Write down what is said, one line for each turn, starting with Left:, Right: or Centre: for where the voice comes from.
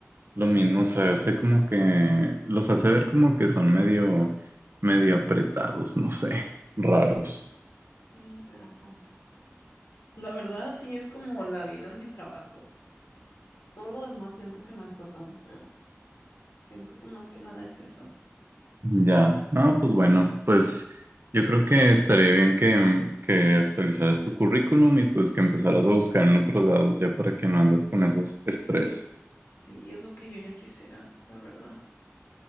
Right: Lo mismo se hace como que los hace ver como que son medio, medio apretados, no sé, raros.
Left: Sí, pero pues, la verdad sí es como la vida en mi trabajo. Todo lo demás siento que no está tan feo. Siento que más que nada es eso.
Right: Ya, no, pues bueno, pues yo creo que estaría bien que, que actualizaras tu currículum y pues que empezaras a buscar en otros lados ya para que no andes con esos estrés.
Left: Sí, es lo que yo ya quisiera, la verdad.